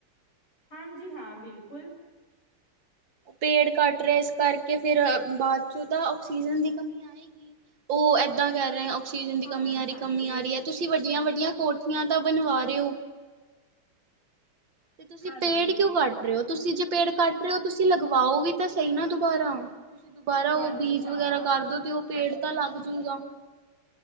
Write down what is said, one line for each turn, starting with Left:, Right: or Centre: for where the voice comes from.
Left: ਹਾਂਜੀ ਹਾਂ, ਬਿਲਕੁਲ।
Right: ਪੇੜ ਕੱਟ ਰੇ ਇਸ ਕਰਕੇ ਫਿਰ ਬਾਅਦ ਚੋਂ ਤਾਂ ਆਕਸੀਜਨ ਦੀ ਕਮੀ ਆ ਓ ਏਦਾਂ ਕੈ ਰਏਂ ਆਕਸੀਜਨ ਦੀ
Left: ਹਾਂਜੀ
Right: ਕਮੀ ਆਰੀ,
Left: ਹਾਂਜੀ
Right: ਕਮੀ ਆ ਰੀ ਐ। ਤੁਸੀਂ ਵੱਡੀਆਂ-ਵੱਡੀਆਂ ਕੋਠੀਆਂ ਤਾਂ ਬਣਵਾ ਰੇ ਓ ਤੇ ਤੁਸੀਂ
Left: ਹਾਂਜੀ
Right: ਪੇੜ ਕਿਉਂ ਕੱਟ ਰੇ ਓ, ਤੁਸੀਂ ਜੇ ਪੇੜ ਕੱਟ ਰੇ ਓ ਤੁਸੀਂ ਲਗਵਾਓ ਵੀ ਤਾਂ ਸਈ ਨਾਂ ਦੁਬਾਰਾ। ਤੁਸੀਂ ਦੁਬਾਰਾ ਓ
Left: ਹਾਂਜੀ
Right: ਬੀਜ
Left: ਹਾਂ
Right: ਵਗੈਰਾ ਕਰਦੋ ਤੇ ਓ ਪੇੜ ਤਾਂ ਲੱਗ ਜੁਗਾ।